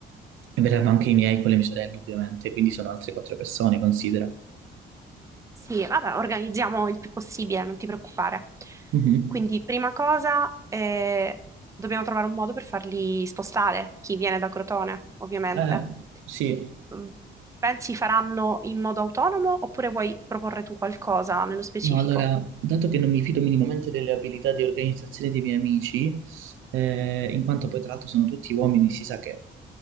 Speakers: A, on the right (about 85°); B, on the right (about 15°).
A: e verranno anche i miei con le mie sorelle, ovviamente, quindi sono altre quattro persone, considera.
B: Sì, vabbè, organizziamo il più possibile, non ti preoccupare.
A: Mhm.
B: Quindi, prima cosa, eh, dobbiamo trovare un modo per farli spostare, chi viene da Crotone, ovviamente.
A: Eh, sì,
B: Mm, Pensi faranno in modo autonomo oppure vuoi proporre tu qualcosa nello specifico?
A: No, allora, dato che non mi fido minimamente delle abilità di organizzazione dei miei amici, eh, in quanto poi tra l'altro sono tutti uomini, si sa che